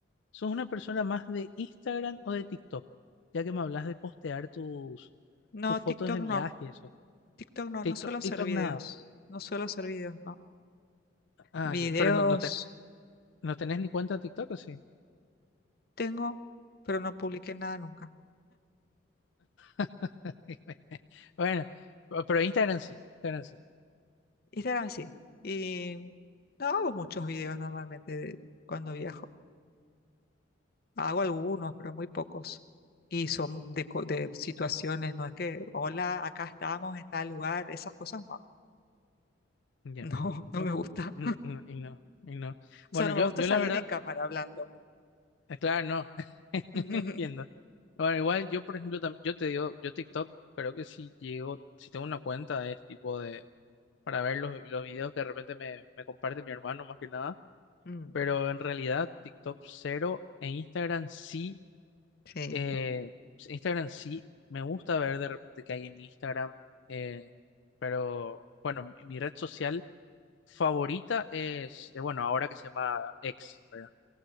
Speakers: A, on the left (about 70°); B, on the left (about 50°).
A: sos una persona más de Instagram o de TikTok? Ya que me hablas de postear tus
B: No,
A: tus fotos
B: TikTok
A: de viaje,
B: no,
A: y eso.
B: TikTok no,
A: TikTok,
B: no suelo hacer
A: TikTok
B: videos,
A: nada.
B: no suelo hacer videos, no.
A: Ah,
B: Videos
A: ya, Pero no, no, te- no tenés ni cuenta de TikTok, ¿o sí?
B: tengo, pero no publiqué nada nunca.
A: <laughs> Bueno, pe- pero Instagram sí, Instagram sí.
B: Instagram sí. Y no hago muchos videos normalmente de cuando viajo. Hago algunos, pero muy pocos. Y son de, co- de situaciones, no es que, hola, acá estamos en tal lugar, esas cosas no hago. <laughs>
A: Ya.
B: No, no
A: ok.
B: me gusta.
A: Mm, mm, Y no, y no.
B: O
A: Bueno,
B: sea, no
A: yo,
B: me gusta
A: yo
B: salir
A: la verdad,
B: en cámara hablando.
A: eh, claro, no. <laughs>
B: <laughs>
A: no Entiendo. Bueno, igual yo, por ejemplo, tam- yo te digo, yo TikTok creo que si llego, si tengo una cuenta es tipo de, para ver los, los videos que de repente me, me comparte mi hermano más que nada,
B: Mm,
A: pero en realidad TikTok cero, en Instagram sí
B: sí,
A: Eh, pues, Instagram sí, me gusta ver de repente qué hay en Instagram, eh, pero bueno, mi mi red social favorita es, eh, bueno, ahora que se llama X, ¿verdad?